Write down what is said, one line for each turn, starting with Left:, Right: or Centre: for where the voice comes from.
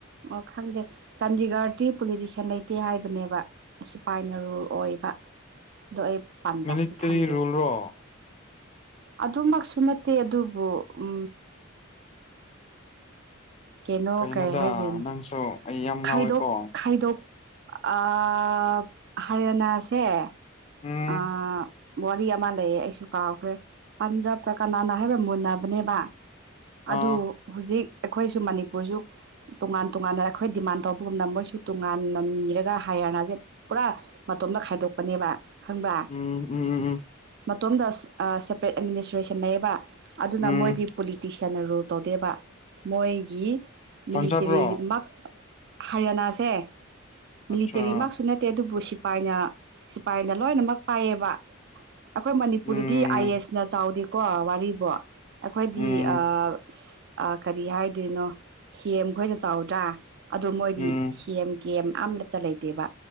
Right: ꯑꯣ ꯈꯪꯗꯦ ꯆꯥꯟꯗꯤꯒꯔꯗꯤꯤ ꯄꯣꯂꯤꯇꯤꯁꯤꯌꯥꯟ ꯂꯩꯇꯦ ꯍꯥꯏꯕꯅꯦꯕ ꯑꯁꯤ ꯄꯥꯏꯅ ꯔꯨꯜ ꯑꯣꯏꯌꯦ ꯕ ꯑꯣ ꯑꯩ ꯄꯥꯝꯖꯕꯗꯤ
Left: ꯃꯤꯂꯤꯇꯔꯤ
Right: ꯈꯪꯗꯦ
Left: ꯔꯨꯜꯔꯣ
Right: ꯑꯗꯨꯃꯛꯁꯨ ꯅꯠꯇꯦ ꯑꯗꯨꯕꯨ ꯎ ꯀꯩꯅꯣ
Left: ꯀꯩꯅꯣꯗ
Right: ꯀꯩ ꯍꯥꯏꯗꯣꯏꯅꯣ
Left: ꯅꯪꯁꯨ ꯑꯩ ꯌꯥꯝ ꯉꯥꯎꯋꯦꯀꯣ
Right: ꯈꯥꯏꯗꯣꯛ ꯈꯥꯏꯗꯣꯛ ꯑꯥ ꯍꯔꯤꯌꯥꯅꯥꯁꯦ
Left: ꯎꯝ
Right: ꯑꯥ ꯋꯥꯔꯤ ꯑꯃ ꯂꯩꯌꯦ ꯑꯩꯁꯨ ꯀꯥꯎꯈ꯭ꯔꯦ ꯄꯟꯖꯥꯕꯀ ꯀꯅꯥꯅ ꯍꯥꯏꯕ ꯃꯨꯟꯅꯕꯅꯦꯕ ꯑꯗꯨ
Left: ꯑ
Right: ꯍꯨꯖꯤꯛ ꯈꯣꯏꯁꯨ ꯃꯅꯤꯄꯨꯔꯁꯨ ꯇꯣꯉꯥꯟ ꯇꯣꯉꯥꯟꯅ ꯑꯩꯈꯣꯏ ꯗꯤꯃꯥꯟ ꯇꯧꯕꯒꯨꯝꯅ ꯃꯣꯏꯁꯨ ꯇꯣꯉꯥꯟꯅ ꯅꯤꯔꯒ ꯍꯥꯏꯔ ꯄꯨꯔꯥ ꯃꯇꯣꯝꯇ ꯈꯥꯏꯗꯣꯛꯄꯅꯦꯕ ꯈꯪꯕ꯭ꯔꯥ
Left: ꯎꯝ ꯎꯝ ꯎꯝ ꯎꯝ
Right: ꯃꯇꯣꯝꯗ ꯁꯦ ꯑꯥ ꯁꯦꯄꯔꯦꯠ ꯑꯦꯗꯃꯤꯅꯤꯁꯇ꯭ꯔꯦꯁꯟ ꯂꯩꯌꯦꯕ ꯑꯗꯨꯅ
Left: ꯎꯝ
Right: ꯃꯣꯏꯗꯤ ꯄꯣꯂꯤꯇꯤꯁꯤꯌꯥꯟꯅ ꯔꯨꯜ ꯇꯧꯗꯦꯕ ꯃꯣꯏꯒꯤ ꯃꯤꯂꯤꯇꯔꯤ
Left: ꯄꯟꯖꯥꯕꯔꯣ
Right: ꯃꯛꯁ ꯍꯔꯤꯌꯥꯅꯥꯁꯦ ꯃꯤꯂꯤꯇꯔꯤ
Left: ꯑꯠꯆꯥ
Right: ꯃꯛꯁꯨ ꯅꯠꯇꯦ ꯑꯗꯨꯕꯨ ꯁꯤꯄꯥꯏꯅ ꯁꯤꯐꯥꯏꯅ ꯂꯣꯏꯅꯃꯛ ꯄꯥꯏꯌꯦꯕ ꯑꯈꯣꯏ ꯃꯅꯤꯄꯨꯔꯗꯗꯤ
Left: ꯎꯝ
Right: ꯑꯥꯏꯌꯦꯁꯅ ꯆꯥꯎꯗꯦꯀꯣ ꯋꯥꯔꯤꯕꯣ ꯑꯩꯈꯣꯏꯗꯤ
Left: ꯎꯝ
Right: ꯑꯥ ꯑꯥ ꯀꯔꯤ ꯍꯥꯏꯗꯣꯏꯅꯣ ꯁꯤꯌꯦꯝ ꯈꯣꯏꯅ ꯆꯥꯎꯗ꯭ꯔꯥ ꯑꯗꯨꯗ ꯃꯣꯏꯗꯤ
Left: ꯎꯝ
Right: ꯁꯤꯌꯦꯝ ꯀꯦꯝ ꯑꯃꯇ ꯂꯩꯇꯦꯕ